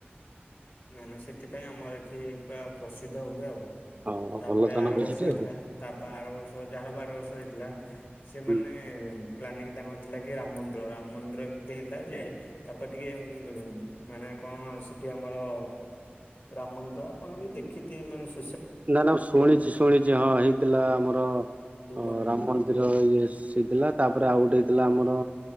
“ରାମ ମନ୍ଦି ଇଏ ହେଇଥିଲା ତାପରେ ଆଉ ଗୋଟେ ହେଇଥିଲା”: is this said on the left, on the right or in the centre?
Right